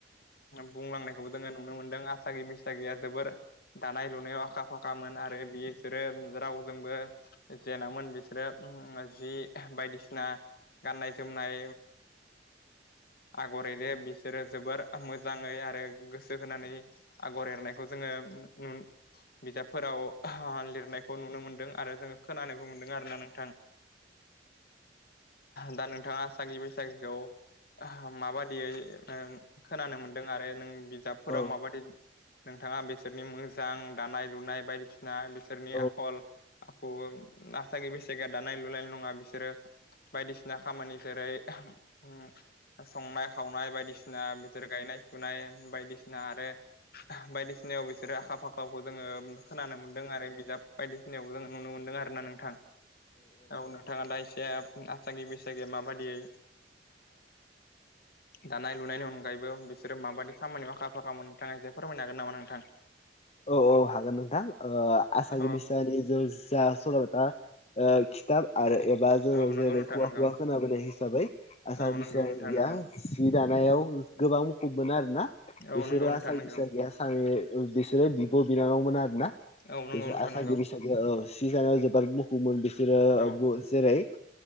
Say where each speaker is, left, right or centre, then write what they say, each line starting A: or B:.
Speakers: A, on the left; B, on the left.
A: बुंलांनायखौबो जोङो नुनो मोनदों आसागि बैसागिया जोबोर दानाय लुनायाव आखा आखा फाखामोन आरो बिसोरो रावजोंबो जेनामोन बिसोरो जि बायदिसिना गाननाय जोमनाय आगर एरो बिसोरो जोबोर मोजाङै आरो गोसो होनानै आगर एरनायखौ जोङो बिजाबफोराव लिरनायखौ नुनो मोनदों आरो जोङो खोनानोबो मोनदों आरोना नोंथां दा नोंथाङा आसागि बैसागिखौ माबादियै ओ खोनानो मोनदों आरो नों बिजाबफोराव
B: औ
A: माबादि नोंथाङा बिसोरनि मोजां दानाय लुनाय बायदिसिना बिसोरनि
B: औ
A: आखल आसागि बैसागिआ दानाय लुनायल नङा बिसोरो बायदिसिना खामानि जेरै संनाय खावनाय बायदिसिना बिदोर गायनाय फुनाय बायदिसिना आरो बायदिसिनायाव बिसोरो आखा फाखाखौ जोङो खोनानो मोन्दों आरो बिजाब बायदिसिनायावबो जोङो नुनो मोनदों आरो ना नोंथां औ नोंथाङा दा एसे जे आसागि बैसागि माबायदियै दानाय लुनायनि अनगायैबो बिसोरो माबायदि खामानियाव आखा फाखा मोन नोंथाङा एसे फोरमायनो हागोन नामा नोंथां
B: औ औ हागोन नोंथां आसागि
A: औ
B: बैसारि जो जा सल' बाथा आरो एबा जोङो
A: औ नंगौ
B: जेरै
A: नोंथां
B: खुगा
A: नंगौ
B: खुगा खोनाबोनाय हिसाबै आसागि
A: औ
B: बैसागिआ
A: नंगौ नोंथां नंगौ
B: जि दानाय याव गोबां मुखुब मोनो आरोना
A: औ
B: बिसोरो
A: नंगौ नोंथां
B: आसगि
A: नंगौ
B: बैसागिया बिसोरो बिब' बिनानावमोन आरो ना
A: औ नंगौ
B: बिसोर
A: नोंथां
B: आसागि
A: नंगौ
B: बैसागिया सि दानायाव जोबोर मुखुबमोन बिसोरो
A: औ
B: जेरै